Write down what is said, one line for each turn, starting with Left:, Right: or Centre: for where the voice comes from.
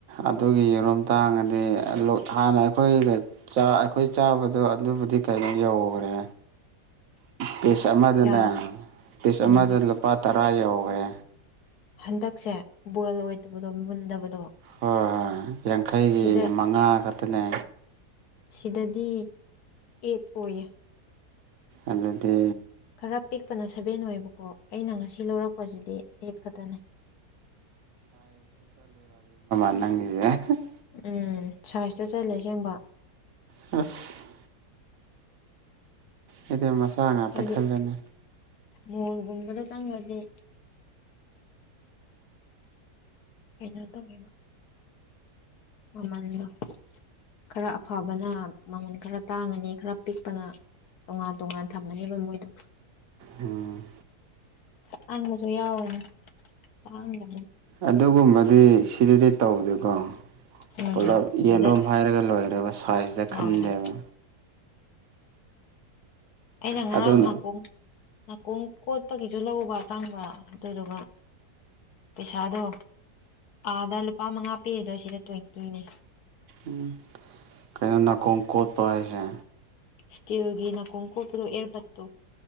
Right: ꯑꯗꯨꯒꯤ ꯌꯦꯔꯨꯝ ꯇꯥꯡꯉꯗꯤ ꯂꯣ ꯍꯥꯟꯅ ꯑꯩꯈꯣꯏꯒ ꯑꯩꯈꯣꯏ ꯆꯥꯕꯗꯣ ꯑꯗꯨꯕꯨꯗꯤ ꯆꯅꯤ ꯌꯧꯒ꯭ꯔꯦ
Left: <inaudible>
Right: ꯄꯤꯁ ꯑꯃꯗꯅꯦ
Left: ꯀꯌꯥ
Right: ꯄꯤꯁ
Left: ꯎꯝ
Right: ꯑꯃꯗ ꯂꯨꯄꯥ ꯇꯔꯥ ꯌꯧꯒ꯭ꯔꯦ
Left: ꯍꯟꯗꯛꯁꯦ ꯕꯣꯏꯜ ꯑꯣꯏꯗꯕꯗꯣ ꯃꯨꯟꯗꯕꯗꯣ
Right: ꯍꯣꯏ ꯍꯣꯏ ꯌꯥꯡꯈꯩꯒꯤ
Left: ꯁꯤꯗ
Right: ꯃꯉꯥ ꯈꯛꯇꯅꯦ
Left: ꯁꯤꯗꯗꯤ ꯑꯦꯠ ꯑꯣꯏꯌꯦ
Right: ꯑꯗꯨꯗꯤ
Left: ꯈꯔ ꯄꯤꯛꯄꯅ ꯁꯚꯦꯟ ꯑꯣꯏꯕꯀꯣ ꯑꯩꯅ ꯉꯁꯤ ꯂꯧꯔꯛꯄꯁꯤꯗꯤ ꯑꯩꯠ ꯈꯛꯇꯅꯦ
Right: ꯅꯪꯒꯤꯖꯦ ꯍꯦ
Left: ꯎꯝ ꯁꯥꯏꯖꯇ ꯆꯠꯂꯦ ꯁꯦꯡꯕ
Right: ꯑꯁ ꯑꯩꯗꯤ ꯃꯆꯥ ꯉꯥꯛꯇ
Left: ꯍꯥꯏꯗꯤ
Right: ꯈꯜꯂꯅꯤ
Left: ꯃꯣꯜꯒꯨꯝꯕꯗ ꯆꯡꯉꯒꯦ ꯀꯩꯅꯣ ꯇꯧꯅꯩꯕꯣ ꯃꯃꯟꯗꯣ ꯈꯔ ꯑꯐꯕꯅ ꯃꯃꯜ ꯈꯔ ꯇꯥꯡꯉꯅꯤ ꯈꯔ ꯄꯤꯛꯄꯅ ꯇꯣꯉꯥꯟ ꯇꯣꯉꯥꯟ ꯊꯝꯃꯅꯤꯕ ꯃꯣꯏꯗꯣ
Right: ꯎꯝ
Left: ꯇꯥꯡꯕꯁꯨ ꯌꯥꯎꯋꯦꯅꯦ ꯇꯥꯡꯗ
Right: ꯑꯗꯨꯒꯨꯝꯕꯗꯤ ꯁꯤꯗꯗꯤ ꯇꯧꯗꯦꯀꯣ
Left: ꯎꯝ
Right: ꯄꯨꯂꯞ
Left: ꯑꯗꯨꯗ
Right: ꯌꯦꯔꯨꯝ ꯍꯥꯏꯔꯒ ꯂꯣꯏꯔꯦꯕ ꯁꯥꯏꯖꯇ ꯈꯟꯗꯦꯕ
Left: ꯑꯥ ꯑꯩꯅ ꯉꯔꯥꯡ
Right: ꯑꯗꯨꯅ
Left: ꯅꯥꯀꯣꯡ ꯅꯥꯀꯣꯡ ꯀꯣꯠꯄꯒꯤꯁꯨ ꯂꯧꯕ꯭ꯔ ꯈꯪꯕ꯭ꯔꯥ ꯑꯗꯨꯗꯨꯒ ꯄꯩꯁꯥꯗꯣ ꯑꯥꯗ ꯂꯨꯄꯥ ꯃꯉꯥ ꯄꯤꯔꯤꯗꯣ ꯁꯤꯗ ꯇ꯭ꯋꯦꯟꯇꯤꯅꯦ
Right: ꯎꯝ ꯀꯩꯅꯣ ꯅꯥꯀꯣꯡ ꯀꯣꯠꯄ ꯍꯥꯏꯁꯦ
Left: ꯁꯇꯤꯜꯒꯤ ꯅꯥꯀꯣꯡ ꯀꯣꯠꯄꯗꯣ ꯑꯦꯔꯕꯠꯇꯣ